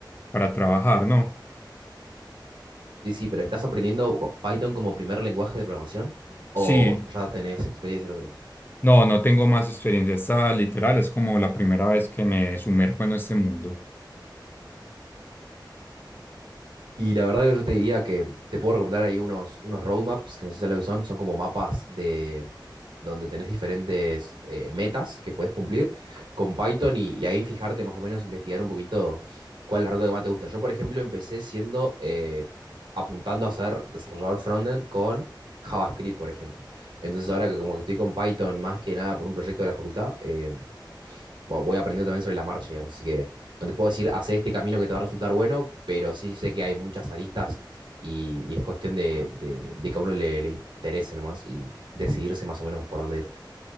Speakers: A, on the left; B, on the right.
A: para trabajar, ¿no?
B: Sí, sí, pero ¿estás aprendiendo Python como primer lenguaje de programación o
A: Sí,
B: ya tenés experiencia en otros?
A: no, no tengo más experiencia, esta literal es como la primera vez que me sumerjo en este mundo.
B: Y la verdad que yo te diría que te puedo recomendar ahí unos, unos roadmaps, que no sé si es lo que son, son como mapas de donde tenés diferentes eh, metas que puedes cumplir con Python y, y ahí fijarte más o menos, investigar un poquito cuál es la ruta que más te gusta. Yo, por ejemplo, empecé siendo, eh, apuntando a ser desarrollador frontend con JavaScript, por ejemplo. Entonces ahora que como que estoy con Python más que nada por un proyecto de la facultad, eh, bueno, voy aprendiendo también sobre la marcha, digamos. Así que no te puedo decir, hace este camino que te va a resultar bueno, pero sí sé que hay muchas aristas y, y es cuestión de, de, de, que a uno le, le interese nomás y decidirse más o menos por dónde ir.